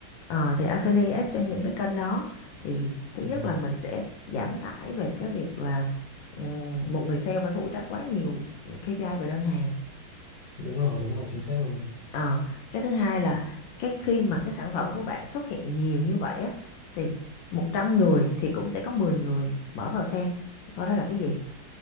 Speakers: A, on the left; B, on the left.
A: Ờ, thì affiliate cho những cái kênh đó thì thứ
B: Ừ.
A: nhất là mình sẽ giảm tải về cái việc là ừm, một người sale phải phụ trách quá nhiều KPI về đơn hàng.
B: đúng rồi đúng rồi chính xác luôn
A: Ờ, cái thứ hai là cái khi mà cái sản phẩm của bạn xuất hiện nhiều như vậy á thì 100 người thì cũng sẽ có 10 người mở vào xem coi đó là cái gì.